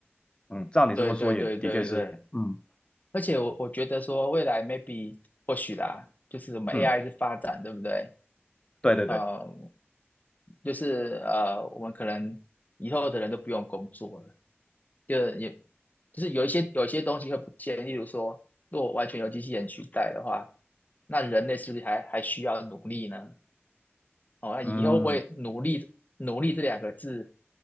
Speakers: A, on the left; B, on the left.
A: 嗯，照你这么说也的确是，
B: 对对对对对，
A: 嗯
B: 而且我我觉得说未来 maybe 或许啦，就是我们
A: 嗯，
B: AI 是发展，对不对？
A: 对对对，
B: 呃，就是呃，我们可能以后的人都不用工作了。就是也就是有一些有一些东西会不见，例如说，如果完全由机器人取代的话，那人类是不是还还需要努力呢？哦，那以后会不会努力努力这两个字
A: 嗯